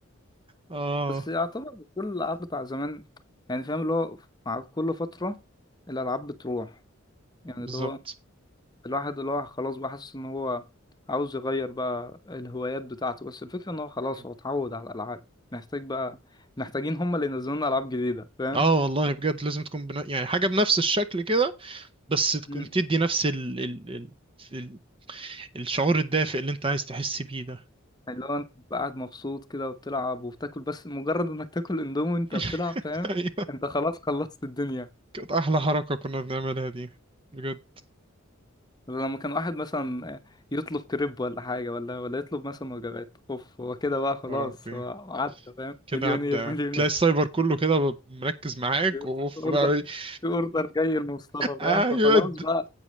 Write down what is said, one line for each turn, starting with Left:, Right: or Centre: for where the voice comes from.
Right: اه
Left: بس يعتبر كل الالعاب بتاع زمان يعني فاهم اللي هو مع كل فتره الالعاب بتروح يعني
Right: بالظبط
Left: اللي هو الواحد اللي هو خلاص بقى حاسس ان هو عاوز يغير بقى الهوايات بتاعته بس الفكره ان هو خلاص
Right: مم.
Left: هو اتعود على الالعاب محتاج بقى محتاجين هم اللي ينزلوا لنا العاب جديده فاهم
Right: اه والله بجد لازم تكون بنا... يعني حاجة بنفس الشكل كده بس تكون
Left: مم.
Right: تدي نفس ال... ال... ال... ال... الشعور الدافئ اللي انت عايز تحس بيه ده
Left: اللي هو انت بتبقى قاعد مبسوط كده وبتلعب وبتاكل بس مجرد انك تاكل اندومي وانت
Right: <laughs>
Left: بتلعب فاهم
Right: ايوه
Left: انت خلاص خلصت الدنيا
Right: كانت احلى حركة كنا بنعملها دي بجد
Left: لما كان واحد مثلا يطلب كريب ولا حاجة ولا ولا يطلب مثلا وجبات اوف هو كده بقى خلاص
Right: يا ربي
Left: هو عدى فاهم
Right: كده
Left: مليونير
Right: عدى
Left: مليونير
Right: تلاقي السايبر كله كده مركز
Left: <laughs>
Right: معاك
Left: بيبص
Right: واوف
Left: في اوردر
Right: بقى <laughs>
Left: في اوردر جاي لمصطفى
Right: ايوه
Left: فاهم فخلاص
Right: د-
Left: بقى